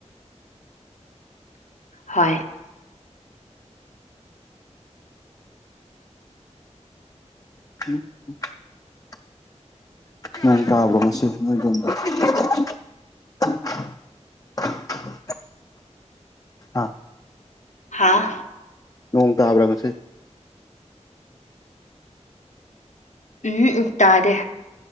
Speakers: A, on the left (about 80°); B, on the left (about 30°).
A: ꯍꯣꯏ꯫
B: <unintelligible> ꯅꯣꯝ ꯇꯥꯕꯔꯣ ꯉꯁꯤ ꯅꯣꯏ ꯌꯨꯝꯗ꯫ <unintelligible> ꯍꯥꯥ꯫
A: ꯍꯥꯥ꯫
B: ꯅꯣꯡ ꯇꯥꯕ꯭ꯔꯥ ꯉꯁꯤ꯫
A: ꯎꯝ ꯎ ꯇꯗꯦ꯫